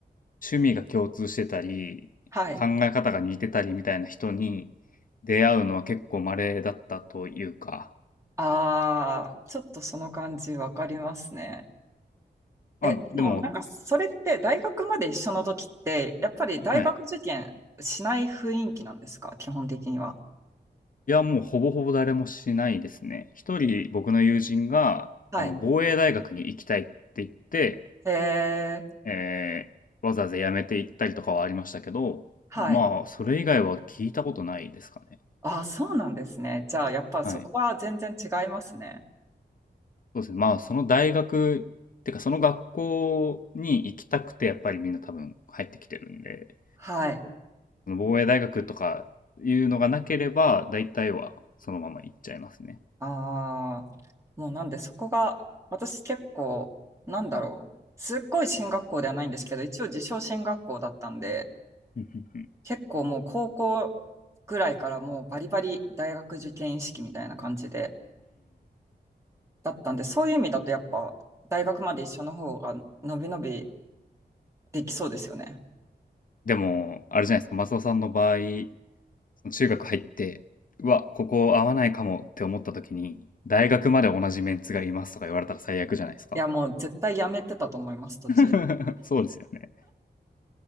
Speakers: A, on the left; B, on the right.
A: 趣味が共通してたり、
B: はい。
A: 考え方が似てたりみたいな人に出会うのは結構稀だったというか、
B: ああ、ちょっとその感じわかりますね。
A: まあでも、
B: え、でもなんかそれって大学まで一緒の時って、やっぱり大学受験しない雰囲気なんですか基本的には。
A: はい。いや、もうほぼほぼ誰もしないですね。一人僕の友人が、
B: はい。
A: あの、防衛大学に行きたいって言って、
B: えー、
A: えー、わざわざ辞めて行ったりとかはありましたけど、
B: はい。
A: まあ、それ以外は聞いたことないですかね。
B: あ、そうなんですね。じゃあ、やっぱそこは全然違いますね。
A: はい。そうですね。まあ、その大学、てかその学校に行きたくて、やっぱりみんな多分入ってきてるんで、
B: はい。
A: その防衛大学とかいうのがなければ、大体はそのまま行っちゃいますね。
B: ああ、もうなんでそこが、私結構、なんだろう。すっごい進学校ではないんですけど、一応自称進学校だったんで、
A: <laughs> うんうんうん
B: 結構もう高校ぐらいからもうバリバリ大学受験意識みたいな感じで、だったんで、そういう意味だとやっぱ大学まで一緒の方が伸び伸びできそうですよね。
A: でも、あれじゃないですか、マスオさんの場合、その中学入って、うわ、ここ合わないかもって思った時に、大学まで同じメンツがいますとか言われたら最悪じゃないですか。
B: いや、もう絶対やめてたと思います、途中。
A: <laughs> そうですよね。